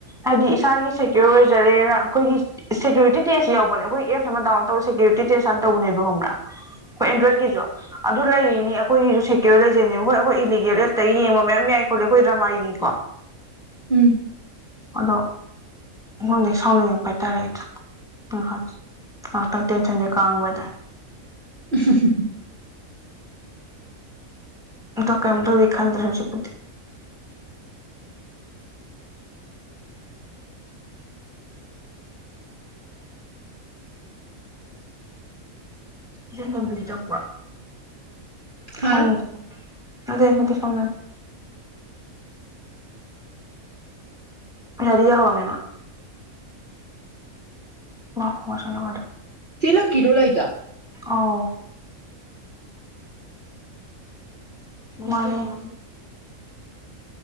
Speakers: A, in the centre; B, on the right.
A: ꯍꯥꯏꯗꯤ ꯏꯁꯥꯒꯤ ꯁꯦꯀ꯭ꯌꯣꯔ ꯑꯣꯏꯖꯔꯦꯅ ꯑꯩꯈꯣꯏꯒꯤ ꯁꯦꯀ꯭ꯌꯨꯔꯤꯇꯤ ꯇꯦꯁ ꯌꯥꯎꯅꯦꯈꯣꯏ ꯑꯦ ꯑꯃꯗꯥꯎꯟ ꯇꯧꯔ ꯁꯦ꯭ꯌꯨꯔꯤꯇꯤꯦꯁ ꯑꯅ ꯇꯧꯕꯅꯦꯕ ꯈꯪꯕꯥ ꯍꯣꯏ ꯑꯦꯟꯗ꯭ꯔꯣꯏꯗꯀꯤꯁꯨ ꯑꯗꯨ ꯂꯩꯔꯤꯅꯤ ꯑꯩꯈꯣꯏꯒꯤꯁꯨ ꯁꯦꯀ꯭ꯌꯣꯔ ꯂꯩꯖꯩꯅꯦꯕ ꯍꯣꯏ ꯑꯩꯈꯣꯏ ꯏꯂꯤꯒꯦꯜ ꯑꯦꯞꯇ ꯌꯦꯡꯕ ꯃꯌꯥꯝ ꯌꯥꯏ ꯈꯣꯠꯂꯤ ꯑꯩꯈꯣꯏ ꯗꯃꯥꯏꯒꯤꯀꯣ
B: ꯎꯝ
A: ꯑꯗꯣ ꯅꯉꯣꯟꯗꯒꯤ ꯁꯥꯎꯅꯤꯡꯉꯛꯄ ꯍꯥꯏꯇꯥꯔꯦ ꯑꯩꯗ ꯑ ꯉꯥꯏꯍꯥꯛꯇꯪ ꯇꯦꯟꯁꯟꯁꯦ ꯀꯥꯡꯉꯣꯏꯗ
B: <unintelligible>
A: ꯗꯀꯥꯏ ꯑꯃꯗꯕꯤ ꯈꯥꯟꯗ꯭ꯔꯦ ꯍꯧꯖꯤ ꯀꯗꯤ ꯏ ꯉꯕꯤꯗ ꯀ
B: ꯍꯥ
A: ꯍꯪ ꯑꯗꯨꯗ ꯍꯇ ꯁꯪꯂꯥꯟ ꯔꯤꯌꯥ ꯍꯃꯦꯅ ꯃꯁꯗ
B: ꯆꯂ ꯀꯤꯔꯣ ꯂ ꯏꯗ
A: ꯑꯥꯎ ꯃꯥꯅꯦ <unintelligible>